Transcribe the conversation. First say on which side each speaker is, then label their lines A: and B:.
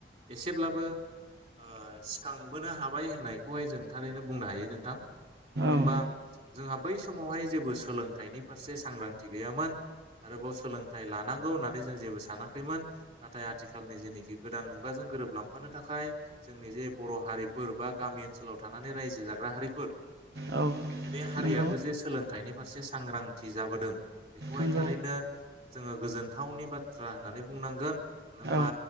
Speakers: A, on the right (about 35°); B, on the right (about 65°).
A: एसेब्लाबो ओ सिखांबोनो हाबाय होननायखौहाय जों थारैनो बुंनो हायो नोंथां। <inaudible> मानो होनबा
B: औ
A: जोंहा बै समावहाय जेबो सोलोंथाइनि फारसे सांग्रांथि गैयामोन आरोबाव सोलोंथाइ लानांगौ होननानै जों जेबो सानाखैमोन नाथाय आथिखालनि जेनाखि गोदान मुगाजों गोरोबलांफानो थाखाय जोंनि जे बर' हारिफोर बा गामि ओनसोलाव थानानै रायजो जाग्रा हारिफोर
B: औ
A: बे हारियाबो
B: नंगौ
A: जे सोलोंथाइनि फारसे सांग्रांथि जाबोदों बहाय
B: नंगौ
A: थारैनो जोङो गोजोनथावनि बाथ्रा होननानै बुंनांगोन मानो होनबा
B: औ